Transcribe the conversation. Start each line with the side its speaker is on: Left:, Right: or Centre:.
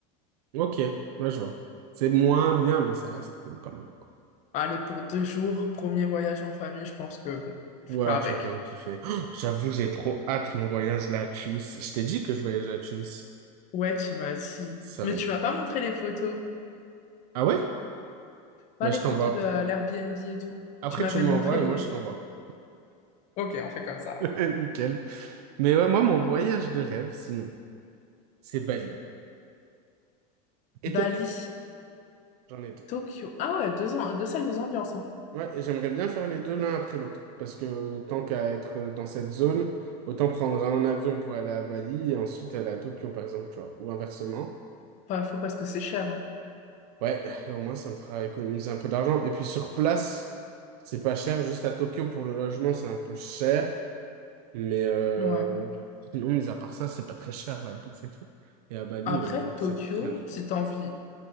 Right: Ok, ouais, je vois. C'est moins bien, mais ça reste cool quand même, quoi.
Left: Allez, pour deux jours, premier voyage en famille, je pense que, bon, on
Right: Ouais,
Left: fera avec.
Right: tu vas quand même kiffer. Oh, j'avoue, j'ai trop hâte mon voyage là à Tunis. Je t'ai dit que je voyage à Tunis.
Left: Ouais, tu m'as dit.
Right: Ça
Left: Mais
Right: va être.
Left: tu m'as pas montré les photos.
Right: Ah ouais?
Left: Pas
Right: Bah,
Left: les
Right: je t'envoie
Left: photos
Right: après.
Left: de l'Airbnb et tout.
Right: Après,
Left: Tu m'avais
Right: tu m'envoies
Left: montré
Right: et
Left: les...
Right: moi, je t'envoie.
Left: Ok, on fait comme
Right: <laughs>
Left: ça.
Right: Nickel. Mais ouais, moi, mon voyage de rêve, sinon, c'est Bali et
Left: Bali,
Right: Tokyo. J'en ai deux.
Left: Tokyo. Ah ouais, deux, ans, deux salles, deux ambiances, hein.
Right: Ouais, et j'aimerais bien faire les deux l'un après l'autre. Parce que tant qu'à être dans cette zone, autant prendre un avion pour aller à Bali et ensuite aller à Tokyo, par exemple, tu vois. Ou inversement.
Left: Pas faux parce que c'est cher, hein.
Right: Ouais, euh, au moins ça me fera économiser un peu d'argent. Et puis sur place, c'est pas cher. Juste à Tokyo pour le logement, c'est un peu cher. Mais euh,
Left: Ouais.
Right: sinon, mis à part ça, c'est pas très cher la bouffe et tout. Et à Bali,
Left: Après,
Right: euh, ça
Left: Tokyo,
Right: coûte rien du tout.
Left: si t'as envie,